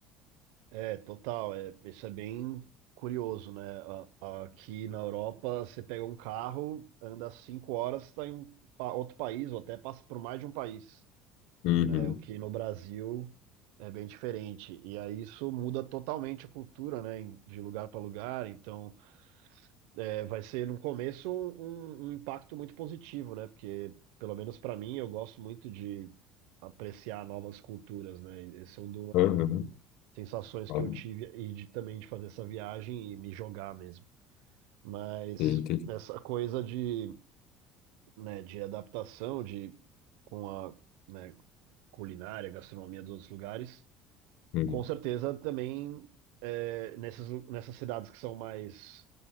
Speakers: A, on the right (about 85°); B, on the left (about 70°).
A: É, total, é, isso é bem curioso, né? A- a- Aqui na Europa, você pega um carro, anda cinco horas, está em um pa- outro país, ou até passa por mais de um país,
B: Uhum,
A: né? O que no Brasil é bem diferente. E aí isso muda totalmente a cultura, né? em- De lugar para lugar, então... é, vai ser no começo um, um impacto muito positivo, né? Porque, pelo menos para mim, eu gosto muito de apreciar novas culturas, né? E são é
B: uhum,
A: sensações
B: óbvio.
A: que eu tive e de, também de fazer essa viagem e me jogar mesmo. Mas
B: Sim, entendi.
A: essa coisa de, né, de adaptação de com a, né, culinária, gastronomia dos outros lugares,
B: Uhum,
A: com certeza também é, nessas, nessas cidades que são mais,